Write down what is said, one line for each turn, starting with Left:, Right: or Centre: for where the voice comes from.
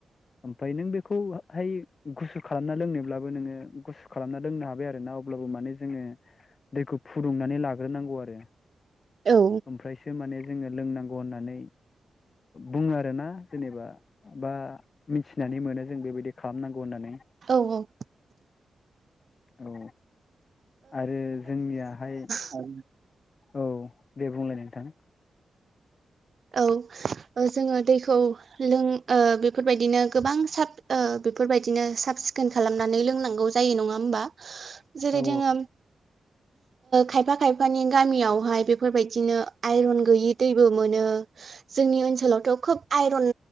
Left: ओमफ्राय नों बेखौहाय गुसु खालामना लोंनोब्लाबो नोङो गु खालामना दोननो हाबाय आरो ना अब्लाबो माने जोङो दैखौ फुदुंनानै लाग्रोनांगौ आरो
Right: औ
Left: फ्रायसो माने जोङो लोंनांगौ होननानै बुङो आरोना जेनेबा बा मिथिनानै मोनो जों बेबायदि खालामनांगौ होननानै।
Right: औ औ।
Left: औ आरो जोंनियाहाय
Right: आरो
Left: औ दे बुंलाय नोंथां।
Right: औ जोङो दैखौ लों ओ बेफोरबायदिनो गोबां ओ साब बेफोरबायदिनो सफ सिखोन खालामनानै लोंनांगौ जायो नङा होमबा? जेरै
Left: औ
Right: जोङो खायफा खायफानि गामियावहाय बेफोरबायदिनो आइरन गैयि दैबो मोनो। जोंनि ओनसोलावथ' खोब आइरन